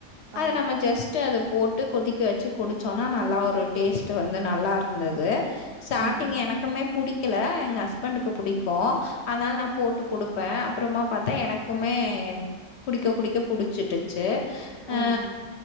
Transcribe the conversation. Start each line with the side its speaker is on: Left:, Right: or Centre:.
Left: அத
Right: ஆ.
Left: நம்ம ஜஸ்ட் அத போட்டு கொதிக்க வச்சு குடிச்சோம்னா நல்லா ஒரு ட் வந்து நல்லா இருந்தது ஸ்டாட்டிங்ல
Right: ம்.
Left: எனக்குமே புடிக்கல எங்க ஹஸ்பண்டுக்கு புடிக்கு அதனால நா போட்டு குடுப்பே அப்புறமா பாத்தா எனக்குமே குடிக்க குடிக்க புடிச்சிட்டுச்சு அ
Right: ஆ, ஆ.